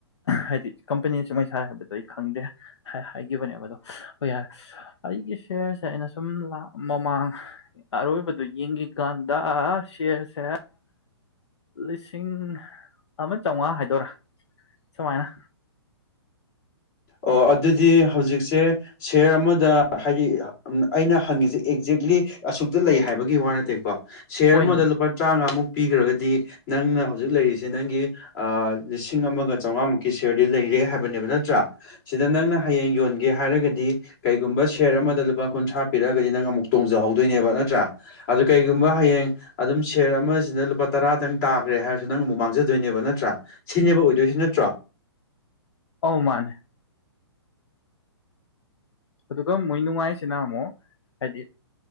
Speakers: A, on the left; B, on the left.
A: ꯍꯥꯏꯗꯤ ꯀꯝꯄꯅꯤꯅ ꯁꯨꯃꯥꯏ ꯁꯥꯔꯦ ꯍꯥꯏꯕꯗꯣ ꯑꯩ ꯈꯪꯗꯦ ꯍꯥꯏꯈꯤꯕꯅꯦꯕ ꯑꯗꯣ ꯍꯣꯏ ꯌꯥꯔꯦ ꯑꯩꯒꯤ ꯁꯤꯌꯥꯔꯁꯦ ꯑꯩꯅ ꯁꯨꯝ ꯃꯃꯥꯡ ꯑꯔꯣꯏꯕꯗ ꯌꯦꯡꯈꯤꯀꯥꯟꯗ ꯁꯤꯌꯔꯁꯦ ꯂꯤꯁꯤꯡ ꯑꯃ ꯆꯥꯝꯃꯉꯥ ꯍꯥꯏꯗꯣꯏꯔꯥ ꯁꯨꯃꯥꯏꯅ
B: ꯑꯣ ꯑꯗꯨꯗꯤ ꯍꯧꯖꯤꯛꯁꯦ ꯁꯤꯌꯔ ꯑꯃꯗ ꯍꯥꯏꯗꯤ ꯑꯩꯅ ꯍꯪꯉꯤꯁꯦ ꯑꯦꯛꯖꯦꯛꯂꯤ ꯑꯁꯨꯛꯇ ꯂꯩ ꯍꯥꯏꯕꯒꯤ ꯋꯥ ꯅꯠꯇꯦꯀꯣ ꯁꯤꯌꯔ
A: ꯑꯣꯏꯅ
B: ꯑꯃꯗ ꯂꯨꯄꯥ ꯇꯔꯥꯃꯉꯥꯃꯨꯛ ꯄꯤꯈ꯭ꯔꯒꯗꯤ ꯅꯪꯅ ꯍꯧꯖꯤꯛ ꯂꯩꯔꯤꯁꯦ ꯅꯪꯒꯤ ꯂꯤꯁꯤꯡ ꯑꯃꯒ ꯆꯥꯝꯃꯉꯥꯃꯨꯛꯀꯤ ꯁꯤꯌꯔꯗꯤ ꯂꯩꯔꯦ ꯍꯥꯏꯕꯅꯦꯕ ꯅꯠꯇ꯭ꯔꯥ ꯁꯤꯗ ꯅꯪꯅ ꯍꯌꯦꯡ ꯌꯣꯟꯒꯦ ꯍꯥꯏꯔꯒꯗꯤ ꯀꯩꯒꯨꯝꯕ ꯁꯦꯌꯔ ꯑꯃꯗ ꯂꯨꯄꯥ ꯀꯨꯟꯊ꯭ꯔꯥ ꯄꯤꯔꯛꯑꯒꯗꯤ ꯅꯪ ꯑꯃꯨꯛ ꯇꯣꯡꯖꯍꯧꯗꯣꯏꯅꯦꯕ ꯅꯠꯇ꯭ꯔꯥ ꯑꯗꯨ ꯀꯩꯒꯨꯝꯕ ꯍꯌꯦꯡ ꯑꯗꯨꯝ ꯁꯦꯌꯔ ꯑꯃꯁꯤꯅ ꯂꯨꯄꯥ ꯇꯔꯥꯗꯪ ꯇꯥꯈ꯭ꯔꯦ ꯍꯥꯏꯔꯁꯨ ꯅꯪ ꯑꯃꯨꯛ ꯃꯥꯡꯖꯗꯣꯏꯅꯦꯕ ꯅꯠꯇ꯭ꯔꯥ ꯁꯤꯅꯦꯕ ꯑꯣꯏꯗꯣꯏꯁꯤ ꯅꯠꯇ꯭ꯔꯣ
A: ꯑꯣ ꯃꯥꯅꯦ ꯑꯗꯨꯒ ꯃꯣꯏ ꯅꯨꯡꯉꯥꯏꯁꯤꯅ ꯑꯃꯨꯛ ꯍꯥꯏꯗꯤ